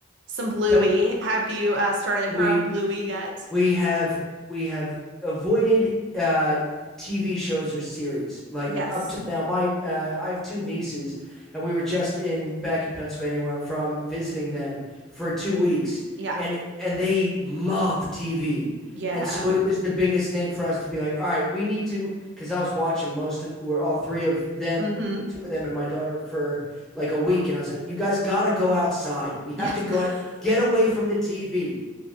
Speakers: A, on the right; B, in the centre.
A: Some Bluey.
B: but
A: Have you uh, started
B: we
A: her on Bluey yet?
B: we have we have avoided uh TV shows or series. Like
A: Yes.
B: up till now, my uh, I have two nieces, and we were just in back in Pennsylvania where I'm from, visiting them for two weeks,
A: Yeah.
B: and and they love TV,
A: Yeah.
B: and so it was the biggest thing for us to be like, all right, we need to, because I was watching most of, we're all three of them,
A: Mm-hmm.
B: the two of them and my daughter for like a week, and I was like, you guys gotta go outside. We have
A: Yes.
B: to go
A: <laughs>
B: get away from the TV.